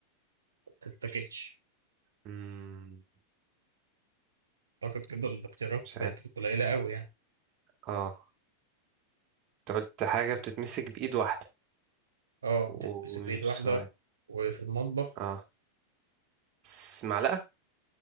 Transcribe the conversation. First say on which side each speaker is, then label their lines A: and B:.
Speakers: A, on the right; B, on the right.
A: ما تتاكلش
B: امم
A: اعتقد كده الاختيارات
B: مش
A: بقت
B: عارف
A: قليله قوي يعني
B: اه انت قلت حاجة بتتمسك بإيد واحدة
A: اه
B: ومش
A: بتتمسك بإيد واحدة
B: سؤال
A: وفي المطبخ
B: اه س- معلقة